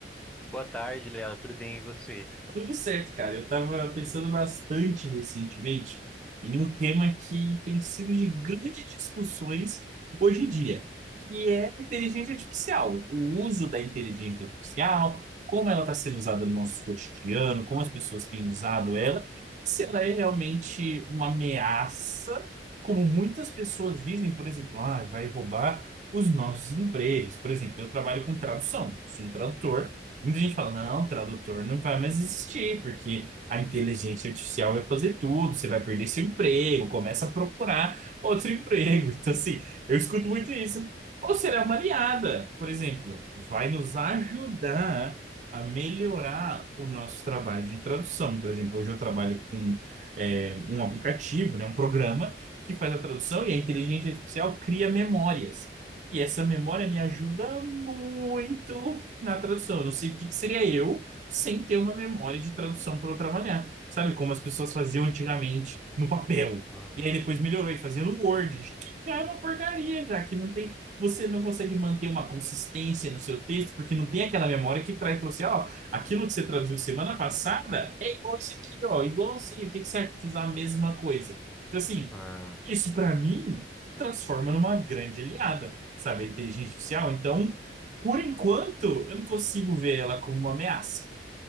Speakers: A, in the centre; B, on the right.
A: Boa tarde, Léo. Tudo bem e você?
B: Tudo certo, cara. Eu tava pensando bastante recentemente em um tema que tem sido de grandes discussões hoje em dia, que é a inteligência artificial, o uso da inteligência artificial, como ela está sendo usada no nosso cotidiano, como as pessoas têm usado ela, e se ela é realmente uma ameaça, como muitas pessoas dizem, por exemplo, ah, vai roubar os nossos empregos. Por exemplo, eu trabalho com tradução, sou um tradutor. Muita gente fala, não, tradutor não vai mais existir, porque a inteligência artificial vai fazer tudo, você vai perder seu emprego, começa a procurar outro <laughs> emprego. Então, assim, eu escuto muito isso. Ou será uma aliada, por exemplo, vai nos ajudar a melhorar o nosso trabalho de tradução. Por exemplo, hoje eu trabalho com é, um aplicativo, né, um programa que faz a tradução e a inteligência artificial cria memórias. E essa memória me ajuda muito na tradução. Eu não sei o que que seria eu sem ter uma memória de tradução para eu trabalhar. Sabe como as pessoas faziam antigamente no papel?
A: Aham.
B: E aí depois melhorou e fazendo no Word, que já é uma porcaria, já que não tem, você não consegue manter uma consistência no seu texto, porque não tem aquela memória que traz para você, ó, aquilo que você traduziu semana passada é igual isso aqui, ó, igualzinho. O que que você acha de usar a mesma coisa? Então assim,
A: Ah,
B: isso para mim transforma numa grande aliada sabe, a inteligência artificial. Então, por enquanto, eu não consigo ver ela como uma ameaça.